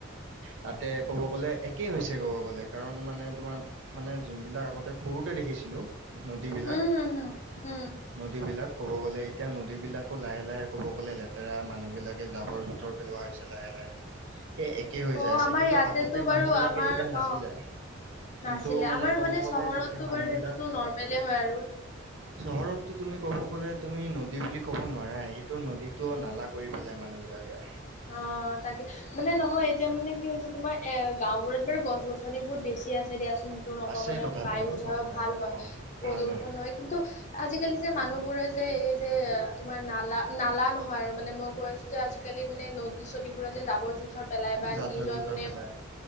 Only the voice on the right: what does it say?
তাতে ক'ব গ'লে একে হৈছে ক'ব গ'লে কাৰণ মানে তোমাৰ মানে যোনবিলাক আগতে সৰুতে দেখিছিলো নদীবলাক
নদীবিলাক ক'ব গ'লে এতিয়া নদী বিলাকো লাহে লাহে ক'ব গ'লে লেতেৰা মানুহ বিলাকে জাবৰ জোঁথৰ পেলোৱা হৈছে লাহে লাহে একে হৈ
যায় আছে
কিন্তু
আগতে
মানুহ বিলাকে
সেইবিলাক নাছিলে
কিন্তু
ক'ব
গ'লে
এতিয়া মানুহ
বিলাক
চহৰততো তুমি ক'ব গ'লে তুমি নদী বুলি ক'ব নোৱাৰা সেইটো নদীতটো নালা কৰি পেলাই মানুহ বিলাকে
আছে
তথাপিও
নকওঁ
অ
ভাল হয়
জাথৰ
জোথৰ
পেলাই